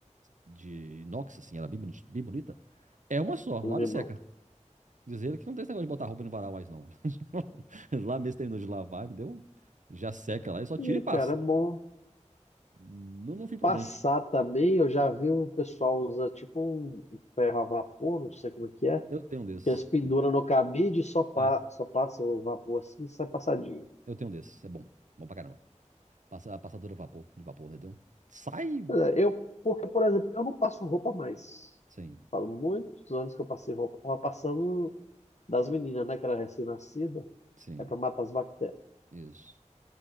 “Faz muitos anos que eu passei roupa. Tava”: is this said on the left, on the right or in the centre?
Left